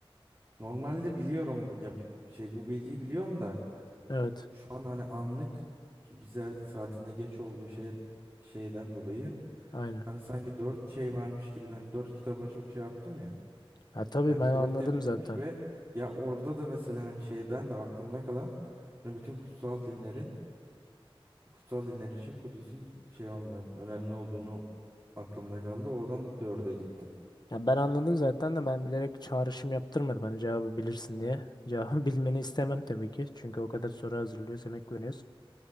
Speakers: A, on the right; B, on the left.
A: Normalde biliyorum bu- ya bi- şey bu bilgiyi biliyorum da
B: Evet,
A: şu an hani anlık bize saatinde geç olduğu şey şeyden dolayı
B: aynen.
A: hani sanki dört şey varmış gibi hani dört kitaba çok şey yaptım ya.
B: Ha, tabii
A: Sanki
B: ben
A: dört
B: anladım
A: yapmış
B: zaten.
A: ve ya orada da mesela hani şeyden de aklımda kalan hani bütün kutsal dinlerin kutsal dinler için Kudüs'ün şey olmuyor önemli olduğunu aklımda kaldı. Oradan dörde gittim.
B: Ya ben anladım zaten de ben bilerek çağrışım yaptırmadım hani cevabı bilirsin
A: Hı.
B: diye. Cevabı <laughs> bilmeni istemem tabii ki. Çünkü o kadar soru hazırlıyoruz, emek veriyoruz.